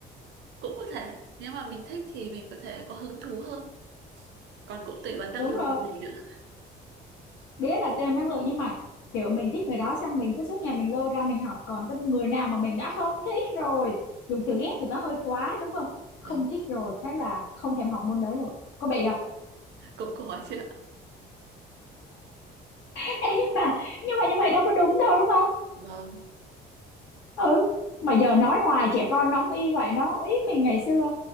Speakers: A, on the right; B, on the left.
A: cũng có thể nếu mà mình thích thì mình có thể có hứng thú hơn còn cũng tùy vào năng
B: đúng
A: lực
B: rồi
A: của mình nữa
B: biết là em năng lượng nhưng mà kiểu mình thích người đó xong mình cứ suốt ngày mình lôi ra mình học còn cái người nào mà mình đã không thích rồi dùng từ ghét thì nó hơi quá đúng không không
A: vâng
B: thích rồi thế là không thèm học môn đấy luôn có bị không
A: cũng khó chứ ạ
B: Ê, nhưng mà nhưng mà như vậy đâu có đúng đâu đúng không
A: vâng
B: ừ mà giờ nói hoài trẻ con nóng y vậy nó ý mình ngày xưa